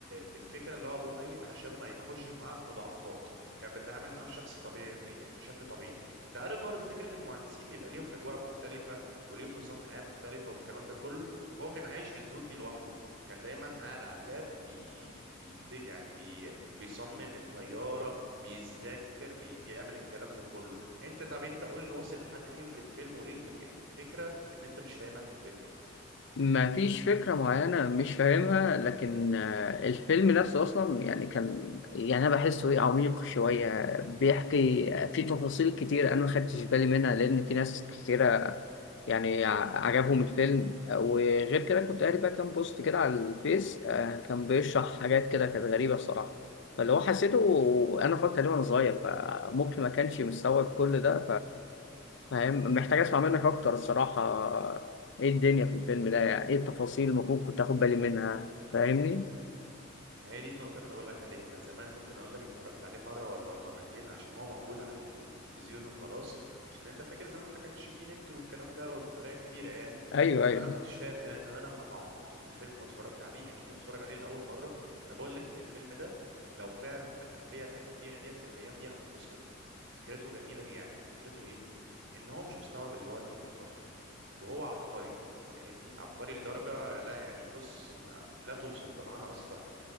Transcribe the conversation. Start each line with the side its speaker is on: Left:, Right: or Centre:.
Right: بالفكره اللي هو ابوه ميت عشان ما يتخشش معاه في مضاعفات كانت بتتعامل معاه بشخص طبيعي ب- يعني بشكل طبيعي تعرف برضه فكره المهندسين بيبقى ليهم اجواء مختلفه وليهم نظام حياه مختلفه والكلام ده كله فهو كان عايش في الزون دي لوحده كان دايما قاعد على اللاب بي... بيفت... يعني بي... بيصمم الطياره بيذاكر بي... بيعمل الكلام ده كله انت طب انت قول لي واصل لحد فين في الفيلم وايه الف... يعني الفكره اللي انت مش فاهمها في الفيلم
Left: ما فيش فكره معينه مش فاهمها لكن آه، الفيلم نفسه اصلا يعني كان يعني انا بحسه ايه عميق شويه بيحكي آه، في تفاصيل كتير انا ما خدتش بالي منها لان في ناس كتيره يعني ع- عجبهم الفيلم وغير كده كنت قاري بقى كام بوست كده على الفيس آه، كان بيشرح حاجات كده كانت غريبه الصراحه فاللي هو حسيته انا اتفرجت عليه وانا صغير فممكن ما كانش مستوعب كل ده فاهم محتاج اسمع منك اكتر الصراحه ايه الدنيا في الفيلم ده يعني ايه التفاصيل المفروض
Right: م-
Left: كنت اخد بالي منها فاهمني
Right: ما هي دي النقطه اللي انا بقول لك عليها انا زمان ممكن اقول لك اتفرجت عليه مره ولا مرتين عشان هو موجود على التلفزيون وخلاص عشان انت فاكر زمان ما كانش فيه نت والكلام ده بطريقه كتيره يعني
Left: ايوه ايوه
Right: فانا ما كنتش فاهم زمان انا لما تعمقت في الفيلم واتفرجت عليه اكني بتفرج عليه لاول مره انا بقول لك ان الفيلم ده لو فعلا في الالفيه اللي احنا فيها ديت في الايام دي ياخد اوسكار فكرته جميله يعني فكرته ايه ان هو مش مستوعب اللي والده متوفي وهو عبقري فاهمني عبقري لدرجة لا يعني بص ما لا توصف بمعنى أصح